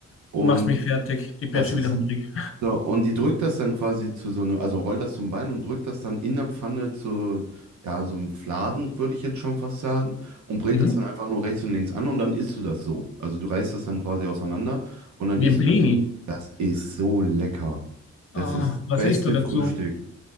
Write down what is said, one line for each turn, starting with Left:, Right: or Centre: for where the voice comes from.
Right: Und
Left: Du machst mich fertig. Ich
Right: das
Left: werde schon
Right: ist
Left: wieder hungrig.
Right: so, und die drückt das dann quasi zu so einem, also rollt das zum Ball und drückt das dann in der Pfanne zu, ja, so einem Fladen, würde ich jetzt schon fast sagen, und brät
Left: Mhm.
Right: das dann einfach nur rechts und links an und dann isst du das so. Also du reißt das dann quasi auseinander und dann
Left: Wie
Right: isst
Left: ein Blini.
Right: du das. Das ist so lecker. Das
Left: Ah,
Right: ist
Left: was
Right: beste
Left: isst du dazu?
Right: Frühstück.